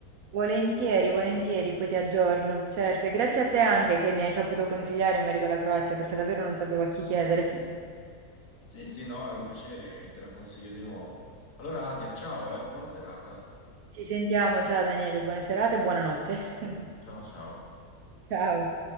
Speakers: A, on the right; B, on the left.
A: Volentieri, volentieri, poi ti aggiorno. Certo, e grazie a te anche che mi hai saputo consigliare in merito alla Croazia, perché davvero non sapevo a chi chiedere.
B: Sì, sì, no, è un piacere e te la consiglio di nuovo. Allora, Asia, ciao, eh, buona serata.
A: <laughs> Ci sentiamo, ciao Daniele, buona serata e buonanotte. <laughs>
B: Ciao ciao.
A: Ciao.